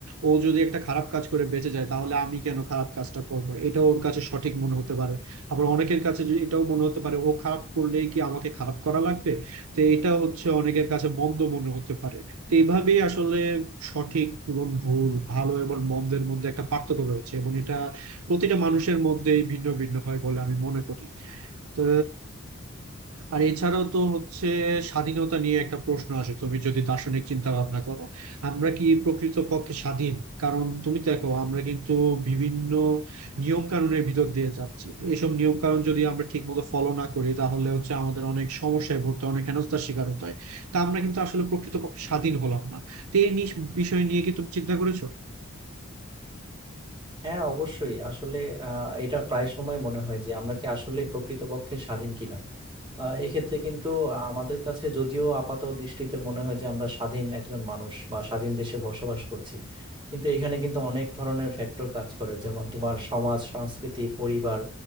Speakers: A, on the right; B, on the right.
A: ও যদি একটা খারাপ কাজ করে বেঁচে যায় তাহলে আমি কেন খারাপ কাজটা করবো এটা ওর কাছে সঠিক মনে হতে পারে আবার অনেকের কাছে যে এটাও মনে হতে পারে ও খারাপ করলেই কি আমাকে খারাপ করা লাগবে তো এটা হচ্ছে অনেকের কাছে মন্দ মনে হতে পারে তো এইভাবেই আসলে সঠিক এবং ভুল ভালো এবং মন্দের মধ্যে একটা পার্থক্য রয়েছে এবং এটা প্রতিটা মানুষের মধ্যেই ভিন্ন ভিন্ন হয় বলে আমি মনে করি তো আর এছাড়াও তো হচ্ছে স্বাধীনতা নিয়ে একটা প্রশ্ন আসে তুমি যদি দার্শনিক চিন্তা ভাবনা করো আমরা কি প্রকৃত পক্ষে স্বাধীন কারণ তুমি দেখো আমরা কিন্তু বিভিন্ন নিয়ম কানুনের ভিতর দিয়ে যাচ্ছি এইসব নিয়ম কানুন যদি আমরা ঠিক মতো ফলো না করি তাহলে হচ্ছে আমাদের অনেক সমস্যায় পড়তে হয়, অনেক হেনস্থার শিকার হতে হয় তা আমরা কিন্তু আসলে প্রকৃত পক্ষে স্বাধীন হলাম না তো এই নিস- বিষয় নিয়ে কি তুমি চিন্তা করেছো
B: হ্যাঁ অবশ্যই আসলে আহ, এটা প্রায় সময় মনে হয় যে আমরা কি আসলে প্রকৃতপক্ষে স্বাধীন কিনা আহ, এক্ষেত্রে কিন্তু আমাদের কাছে যদিও আপাত দৃষ্টিতে মনে হয় যে আমরা স্বাধীন একজন মানুষ বা স্বাধীন দেশে বসবাস করছি কিন্তু এখানে কিন্তু অনেক ধরনের ফ্যাক্টর কাজ করে যেমন তোমার সমাজ সংস্কৃতি পরিবার